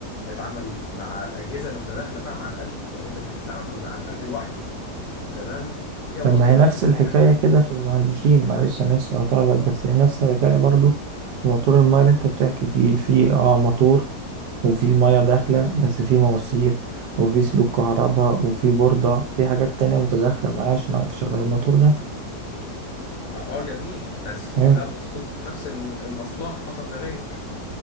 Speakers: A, on the left; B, on the right.
A: بيتعامل مع الاجهزه اللي متداخله بقى مع القلب لان انت مش بتتعامل مع القلب لوحده تمام في امراض
B: طب ما
A: في
B: هي
A: القلب
B: نفس
A: ممكن
B: الحكاية
A: تعمل بلوكات
B: كده
A: في
B: في
A: القلب
B: المهندسين معلش أنا آسف هقطعك بس هي نفس الحكاية برضو في موتور الماية اللي أنت بتحكي فيه في اه موتور وفي مية داخلة بس في مواسير وفي سلوك كهرباء وفي بوردة في حاجات تانية متداخلة معاه عشان أعرف أشغل الموتور ده
A: اه آه، جميل بس كلها
B: أيوة
A: بتصب في نفس ال- المصلحه فقط لا غير